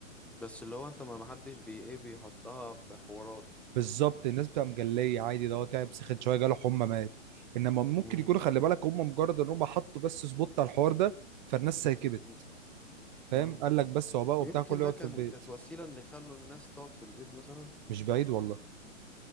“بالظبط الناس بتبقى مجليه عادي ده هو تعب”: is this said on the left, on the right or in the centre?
Right